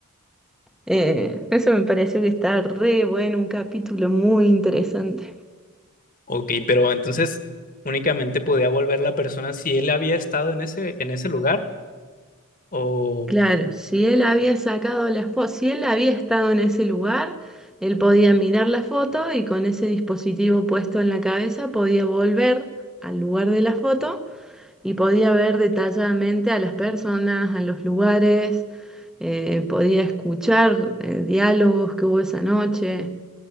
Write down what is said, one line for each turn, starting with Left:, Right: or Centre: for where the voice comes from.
Centre: Eh, eso me pareció que está re bueno, un capítulo muy interesante.
Left: Ok, pero entonces únicamente podía volver la persona si él había estado en ese, en ese lugar o,
Centre: Claro, si él había sacado las fotos, si él había estado en ese lugar, él podía mirar la foto y con ese dispositivo puesto en la cabeza podía volver al lugar de la foto y podía ver detalladamente a las personas, a los lugares, eh, podía escuchar eh, diálogos que hubo esa noche.